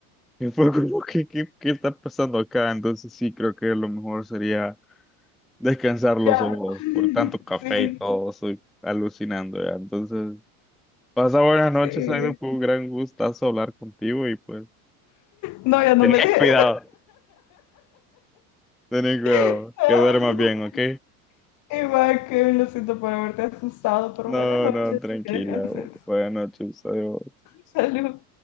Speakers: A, in the centre; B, on the left.
A: Y fue como que, ¿qué, qué está pasando acá? Entonces sí, creo que lo mejor sería descansar los
B: ya,
A: ojos
B: <laughs>
A: por tanto café
B: sí.
A: y todo. Estoy alucinando ya. Entonces, pasa buenas noches,
B: Sí.
A: Aida. Fue un gran gustazo hablar contigo y pues,
B: No, ya no
A: <laughs>
B: me
A: ten
B: dejes.
A: cuidado. Ten cuidado,
B: <laughs>
A: que duermas bien, ¿ok?
B: Igual que lo siento por haberte asustado, pero
A: No,
B: buenas noches.
A: no, tranquila.
B: Que descanses.
A: Bu- Buenas noches, adiós.
B: Salud.